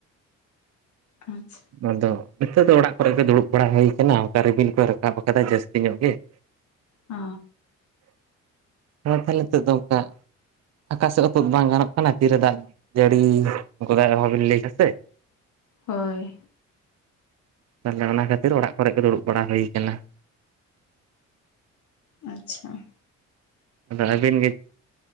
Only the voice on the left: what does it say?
ᱟᱪᱪᱷᱟ
ᱚ ᱾
ᱦᱳᱭ ᱾
ᱟᱪᱪᱷᱟ ᱾